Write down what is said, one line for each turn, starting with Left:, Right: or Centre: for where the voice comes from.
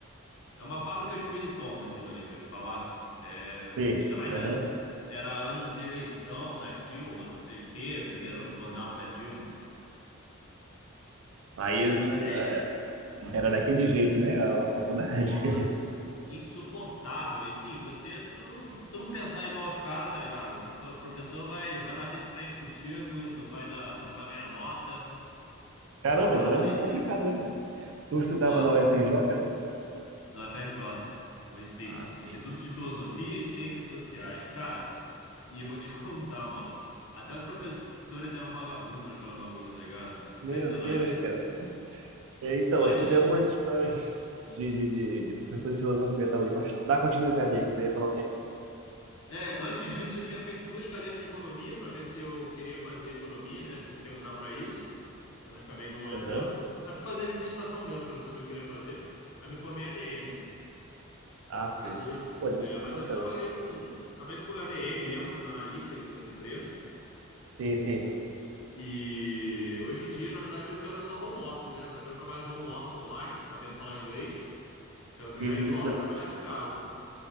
Left: é uma fábrica de militonto aquilo ali, vou te falar. É,
Right: Sim.
Left: ainda mais
Right: Aham.
Left: era, era ano de eleição da Dilma, não sei o quê, primeiro mandato da Dilma.
Right: Aí
Left: Isso foi em 2010.
Right: essa, eh, era daquele jeito, né? A faculdade.
Left: Porra,
Right: <laughs>
Left: insuportável. E sim, você, tu, se tu não pensar igual os caras, tá ligado? Tu- O professor vai, vai bater de frente contigo, não vai dar, tu não vai ganhar nota. É
Right: Caramba,
Left: uma parada
Right: então é
Left: meio
Right: muito complicado,
Left: trash.
Right: né? cara? Tu estudava
Left: Pô.
Right: na UFRJ, né?
Left: no FRJ, no IFIX,
Right: Ah,
Left: Instituto
Right: sim.
Left: de Filosofia e Ciências Sociais. Cara, e eu vou te <laughs> contar, maluco. Até os professores eram vagabundos naquela bagulho, tá ligado?
Right: Meu
Left: Impressionante.
Right: Deus, cara. É, então,
Left: Antes,
Right: eu escutei algumas histórias de, de, de, de professor de filosofia também, mas dá continuidade aí, que você ia falar o quê?
Left: é, antes disso eu tinha feito duas cadeiras de economia para ver se eu queria fazer economia, né? Se eu queria mudar para isso, mas acabei não
Right: Aham.
Left: entrando. Aí fui fazer administração mesmo, porque eu não sabia o que eu queria fazer. Aí me formei em ADM,
Right: Ah, sim.
Left: mas hoje,
Right: Pô, administração
Left: é, mas
Right: é
Left: aí
Right: bacana.
Left: eu trabalhei com, trabalhei com ADM mesmo, sendo analista em algumas empresas.
Right: Sim, sim.
Left: E hoje em dia, na verdade, eu quero só home office, né? Só quero trabalhar de home office online, sabendo falar inglês. Quero
Right: Sim,
Left: ganhar em
Right: sim.
Left: dólar
Right: Então,
Left: e trabalhar de casa.